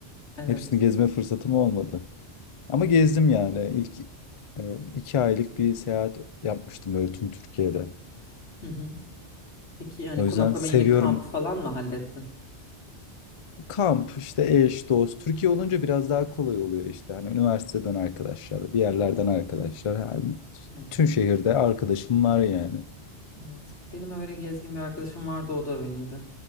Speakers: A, on the left; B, on the left.
A: Evet.
B: Hepsini gezme fırsatım olmadı. Ama
A: Hı
B: gezdim
A: hı.
B: yani. İlk e, iki aylık bir seyahat yapmıştım böyle tüm Türkiye'de.
A: Hı hı. Peki yani
B: O yüzden
A: konaklama
B: seviyorum.
A: yine kamp falan mı hallettin?
B: Kamp, işte eş, dost. Türkiye olunca biraz daha kolay oluyor işte. Hani üniversiteden arkadaşlar, bir yerlerden arkadaşlar. Ha,
A: Evet.
B: tüm şehirde arkadaşım var yani.
A: Evet. Benim öyle gezgin bir arkadaşım vardı o da öyleydi.